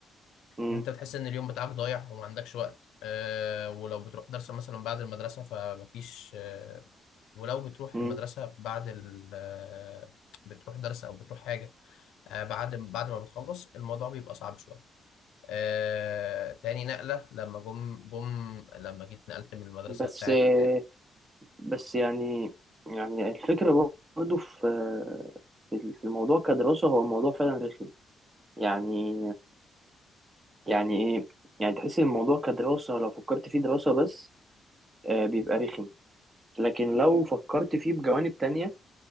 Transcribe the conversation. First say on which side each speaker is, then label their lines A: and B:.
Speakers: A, on the right; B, on the left.
A: مم.
B: إن أنت بتحس إن اليوم بتاعك ضايع وما عندكش وقت آه، ولو بتروح درس مثلا بعد المدرسة فمفيش آه، ولو بتروح
A: مم.
B: المدرسة بعد ال آه، بتروح درس أو بتروح حاجة آه، بعد بعد ما بتخلص الموضوع بيبقى صعب شويه آه تاني نقله لما جم جم لما جيت نقلت من المدرسه
A: بس
B: بتاعت
A: آه، بس يعني يعني الفكرة برضه في في في الموضوع كدراسة هو موضوع فعلا رخم يعني يعني ايه يعني تحس إن الموضوع كدراسة لو فكرت فيه دراسة بس آه، بيبقى رخم لكن لو فكرت فيه بجوانب تانية